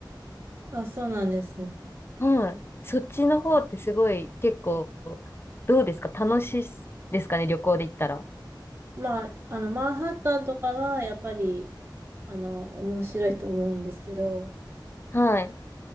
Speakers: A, on the right; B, on the left.
A: あ、そうなんですね。
B: うん、はい。そっちの方ってすごい結構、どうですか楽しいですかね、旅行で行ったら。
A: まあ、あの、マンハッタンとかはやっぱり、あの、面白いと思うんですけど、
B: はい。